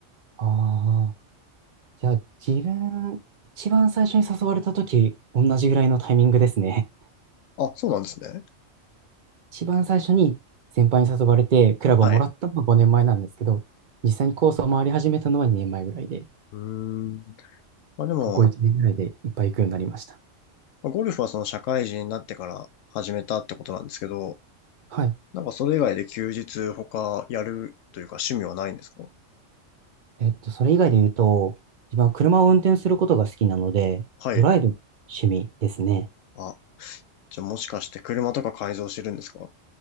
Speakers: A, on the right; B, on the left.
A: ああいや、自分、一番最初に誘われた時、同じぐらいのタイミングですね。
B: あ、そうなんですね。
A: <laughs> 一番最初に先輩に誘われて、クラブをもらったのは5年前なんですけど、
B: はい。
A: 実際にコースを回り始めたのは2年前ぐらいで、
B: うーん。まあでも、
A: ここ1年ぐらいでいっぱい行くようになりました。
B: ゴルフはその社会人になってから始めたってことなんですけど、
A: はい。
B: なんかそれ以外で休日他やるというか趣味はないんですか
A: えっと、それ以外で言うと、自分は車を運転することが好きなので、
B: はい。
A: ドライブ趣味ですね。
B: あ、じゃあもしかして車とか改造してるんですか